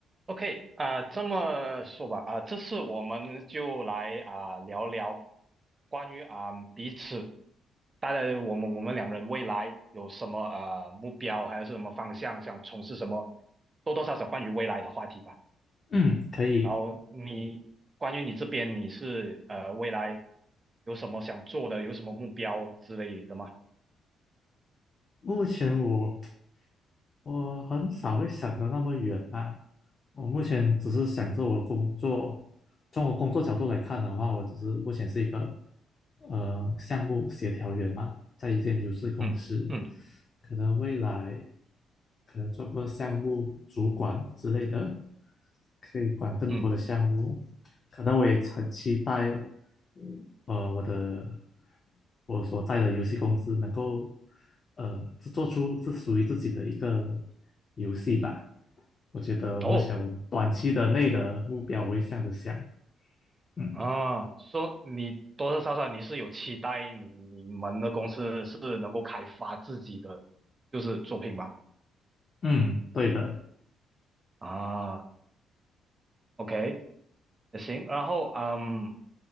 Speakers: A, on the right; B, on the left.
A: OK 啊、这么说吧啊、这次我们就来啊、聊聊关于啊、彼此，大家我们我们两人未来有什么啊、目标，还有是什么方向，想从事什么，多多少少关于未来的话题吧。
B: 嗯，
A: 嗯，
B: 可以。
A: 然后你关于你这边你是呃未来有什么想做的，有什么目标之类的吗？
B: 目前我我很少会想得那么远啊，我目前只是想着我工作，从我工作角度来看的话，我只是目前是一个呃项目协调员嘛，在一间游戏公司，
A: 嗯嗯
B: 可能未来可能做过项目主管之类的，可以管更多的项目，
A: 嗯，
B: 可能我也很期待。呃，我的我所在的游戏公司能够呃制作出是属于自己的一个游戏吧。我觉得目前我短期的内的目标我会这样子想，
A: 哦。
B: 嗯
A: 啊，说你多多少少你是有期待你们的公司是能够开发自己的就是作品吧？
B: 嗯，对的，
A: 啊，OK，也行。然后嗯，